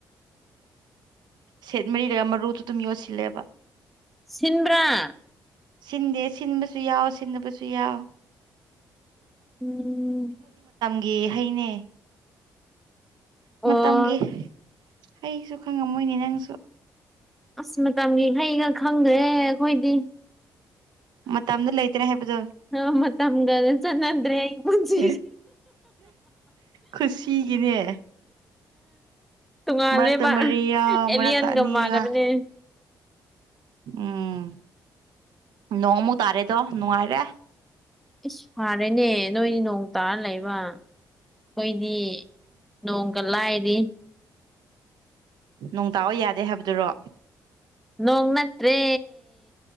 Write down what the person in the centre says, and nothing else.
ꯁꯤꯟ꯭ꯕꯔꯥ
ꯎꯝ
ꯑꯣ
ꯑꯁ ꯃꯇꯝꯒꯤ ꯍꯩꯒ ꯈꯪꯗ꯭ꯔꯦ ꯑꯩꯈꯣꯏꯗꯤ
ꯑ ꯃꯝꯒ ꯆꯗ꯭ꯔꯦ ꯑꯩ ꯄꯨꯟꯁꯤ
ꯇꯣꯉꯥꯥꯟ
ꯂꯩꯕ
ꯑꯦꯂꯤꯌꯥꯂꯤꯌꯥꯟꯒ
ꯃꯥꯟꯅꯕꯅꯦ
ꯏꯁ ꯐꯔꯦꯅꯦ ꯅꯣꯏꯗꯤ ꯅꯣꯡ ꯇꯥꯔ ꯂꯩꯕ ꯅꯣꯏ ꯗꯤ ꯅꯣꯡ ꯀꯂꯑꯗꯤ
ꯅꯣꯡ ꯅꯠꯇ꯭ꯔꯦ